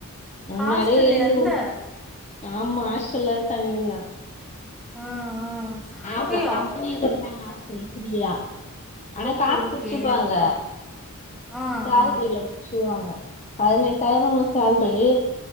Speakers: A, on the left; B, in the centre.
A: முன்னாடியே
B: ஹாஸ்டல்ல
A: எழுது
B: இருந்த
A: ஆமா ஹாஸ்டல்லதா தங்கி இருந்த
B: ஆ ஆ அப்டியா
A: ஆ கம்பெனியே குடுப்பாங்க ஹஸ்டல் ஃப்ரீயா ஆனா
B: ஓகே
A: காசு
B: ஓகே
A: புட்சிப்பாங்க
B: ஆ
A: சேலரில
B: ஆ
A: புடுச்சிடுவாங்க பதினெட்டாயிரோ சேல்ரி